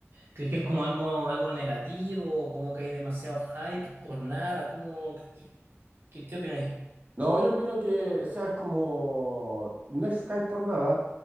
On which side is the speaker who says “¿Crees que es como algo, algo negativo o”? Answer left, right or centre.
Right